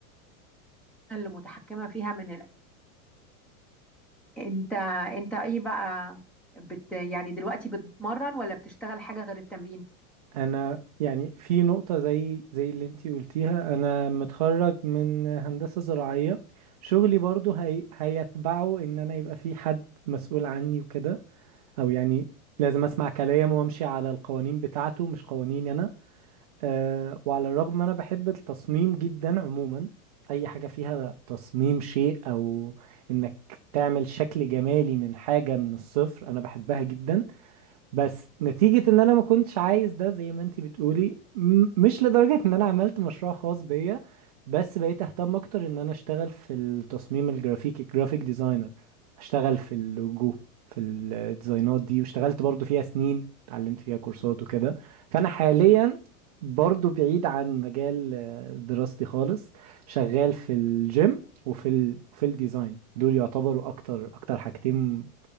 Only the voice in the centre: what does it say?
اللي متحكمة فيها من الأول. انت انت ايه بقى بت يعني دلوقتي بتتمرن ولا بتشتغل حاجة غير التمرين